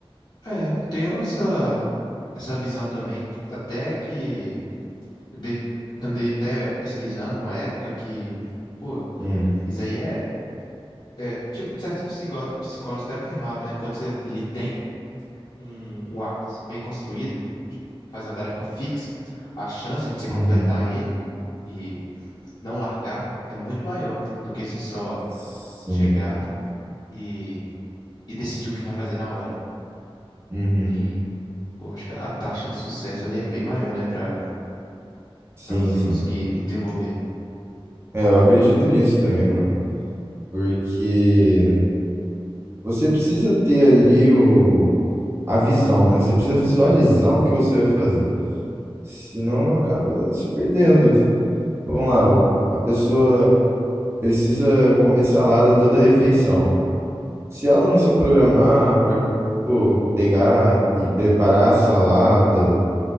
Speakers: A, on the left; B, on the right.
A: é, tenho essa, essa visão também, até que eu dei- andei até pesquisando uma época que, pô,
B: Hum,
A: isso aí é, é tipo, certos psicó- psicólogos até afirmavam, né? Quando você lhe tem um, um hábito assim, bem construído, faz uma tarefa fixa, a chance de você completar
B: uhum,
A: ele e não largar é muito maior do que você só
B: sim,
A: chegar e, e decidir o que vai fazer na hora.
B: uhum,
A: E, pô, acho que a taxa de sucesso ali é bem maior, né, para
B: sim,
A: para você
B: sim.
A: conseguir desenvolver.
B: É, eu acredito nisso também, mano, porque. Você precisa ter ali o, a visão, né? Você precisa visualizar o que você vai fazer. Senão acaba se perdendo. Vamos lá, o- a pessoa precisa comer salada toda refeição. Se ela não se programar
A: Sim,
B: para, pegar e preparar a salada,